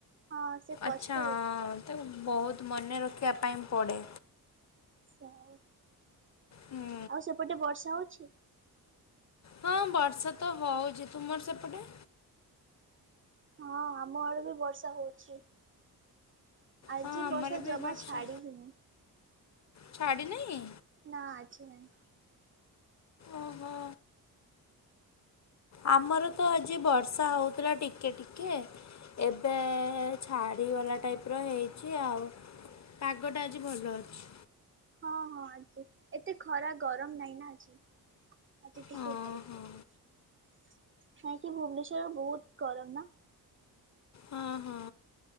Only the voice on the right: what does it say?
ହଁ ସେ କଷ୍ଟ
ସାର।
ଆଉ ସେପଟେ ବର୍ଷା ହଉଚି।
ହଁ ଆମ ଆଡେ ବି ବର୍ଷା ହଉଚି। ଆଜି
ବର୍ଷା
ଜମା
ଛାଡ଼ି ହିଁ ନି।
ନା ଆଜି ନାହିଁ।
ହଁ, ହଁ ଆଜି ଏତେ ଖରା ଗରମ ନାଇଁ ନା ଆଜି। ଆଜି ଟିକ
ଭଲ
କାଇଁକି ଭୁବନେଶ୍ୱର ବହୁତ ଗରମ ନା।